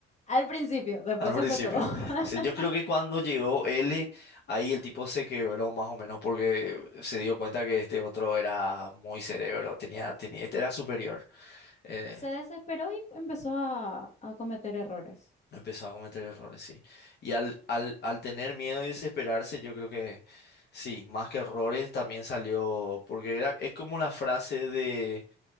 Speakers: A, on the left; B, on the left.
A: Al principio, después
B: Al
A: se
B: principio.
A: fue todo. <laughs>
B: Sí, yo creo que cuando llegó L, ahí el tipo se quebró más o menos porque se dio cuenta que este otro era muy cerebro, tenía, tenía, este era superior. eh,
A: Se desesperó y empezó a, a cometer errores.
B: empezó a cometer errores, sí. Y al, al, al tener miedo y desesperarse, yo creo que sí, más que errores, también salió, porque era, es como la frase de